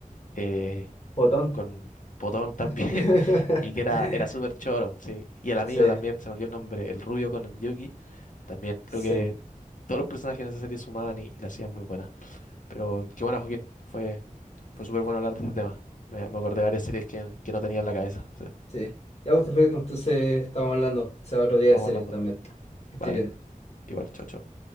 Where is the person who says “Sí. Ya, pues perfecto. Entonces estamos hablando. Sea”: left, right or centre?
Left